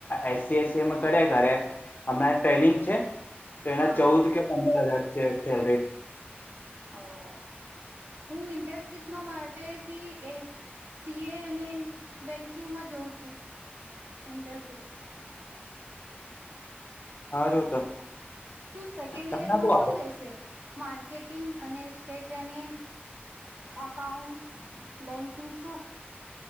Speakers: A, on the left; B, on the right.
A: એસસી એસી કરે ઘરે અમણા ટ્રેનિંગ છે. તો એના
B: હા
A: ચૌદ કે પંદર હજાર. લ <unintelligible>
B: ઓ હું ઇન્ટરનશિપ. માટે પી એ સી એ અને બેન્કિંગમાં જોઉં છું. ઇન્ટરનશીપ.
A: હાારું તો.
B: તું સેકન્ડ
A: તમને
B: ઈયર માં
A: બો
B: શું લેશે. માર્કેટિંગ અને સેટને અકાઉન્ટ બેંકિંગ શું.